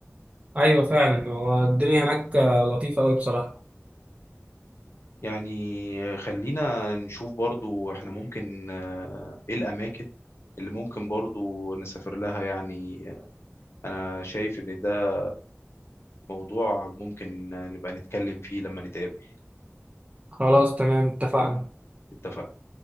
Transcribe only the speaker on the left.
يعني خلينا نشوف برضو احنا ممكن آه، ايه الاماكن اللي ممكن برضو نسافر لها يعني انا شايف ان ده موضوع ممكن نبقى نتكلم فيه لما نتقابل
اتفقنا